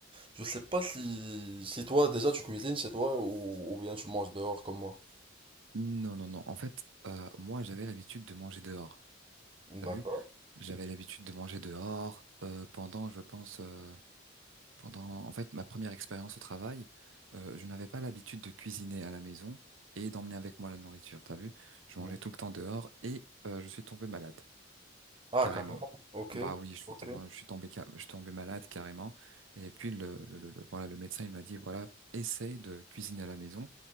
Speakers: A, on the right; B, on the right.
A: Je sais pas si, si toi déjà tu cuisines chez toi ou, ou bien tu manges dehors comme moi.
B: Non, non, non. En fait, euh, moi, j'avais l'habitude de manger dehors. T'as
A: D'accord.
B: vu? J'avais l'habitude de manger dehors euh, pendant, je pense, euh, pendant, en fait, ma première expérience au travail. euh, je n'avais pas l'habitude de cuisiner à la maison et d'emmener avec moi la nourriture. T'as vu? Je
A: Non.
B: mangeais tout le temps dehors et euh, je suis tombé malade,
A: Ah,
B: carrément.
A: carrément. Ok.
B: Bah oui, je suis,
A: Ok.
B: tombé- je suis tombé, ca- je suis tombé malade carrément. Et puis le, le, le, le- voilà, le médecin il m'a dit voilà, essaye de cuisiner à la maison.